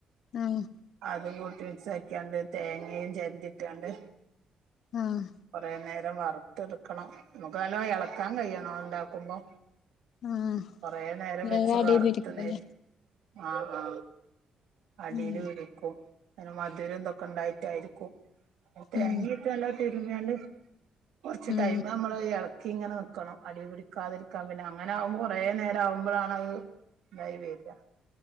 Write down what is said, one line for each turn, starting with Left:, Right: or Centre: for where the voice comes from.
Left: ആഹ്
Right: അതും കൂട്ടി മിക്സാക്കിയാണ്ട് തേങ്ങേം ചെരണ്ടിട്ടാണ്ട്
Left: ആഹ്
Right: കൊറേ നേ വറുത്ത് എടുക്കണം, അമ്മക്ക് നല്ലോ എളക്കാൻ കയ്യണം ഇണ്ടാക്കുമ്പോ
Left: ആഹ്
Right: കൊറേ നേരം
Left: വേഗം
Right: വെച്ച്
Left: അടീപിടിക്കുല്ലേ
Right: വർത്ത് നേര് ആ ആ അടീല്
Left: ഉം
Right: പിടിക്കും. അങ്ങനെ മധുരുതൊക്കെ ഇണ്ടായിട്ടായിരിക്കും, തേങ്ങീട്ട്
Left: ഉം
Right: നല്ല തിരുഞ്ഞാണ്ട് കൊറച്ച്
Left: ഉം
Right: ടൈമ് അമ്മള് ക്കി ഇങ്ങനെ നിക്കണം അടീ പിടിക്കാതിരിക്കാൻ പിന്നെ അങ്ങനാകുമ്പോ കൊറേ നേരം ആവുമ്പൊളാണ് അത് <unintelligible> വരിയാ